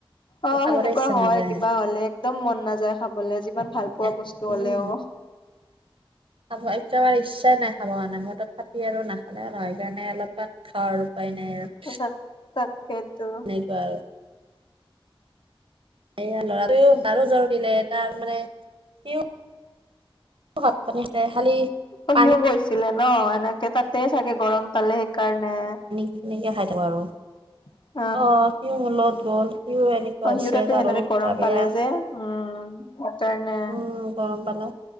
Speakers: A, on the left (about 55°); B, on the right (about 65°).
A: অ',
B: খাবলৈ
A: সেনেকুৱা
B: ইচ্ছা
A: হয়,
B: নাযায়
A: কিবা হ'লে একদম মন নাযায় খাবলে যিমান ভাল পোৱা
B: এক
A: বস্তু হ'লেও।
B: উম খাব একেবাৰে ইচ্ছাই নাই খাব কাৰণে, মই তথাপি আৰু নাখালে নহয় কাৰণে অলপমান খাও আৰু উপায় নাই আৰু।
A: <unintelligible> তাকেইতো।
B: এনেকুৱা আৰু। এইয়া ল'ৰাটোৱেও তাৰো জ্বৰ উঠিলে তাৰ মানে সিও ভাত পানী সিজাই খালি?
A: অ',
B: পানীয়ে
A: সিও গৈছিলে ন' এনেকে তাতে চাগে গৰম পালে সেইকাৰণে।
B: পিকিনিকে খাই থাকোঁ আৰু।
A: <inaudible>
B: আহ, সিও মোৰ লগত গ'ল সিও এনেকুৱা
A: অ
B: হৈছে
A: সিও তাতে
B: তাৰো
A: সেনেকে
B: গা
A: গৰম
B: বেয়া।
A: পালে যে উম সেইকাৰণে
B: উম, গৰম পালে।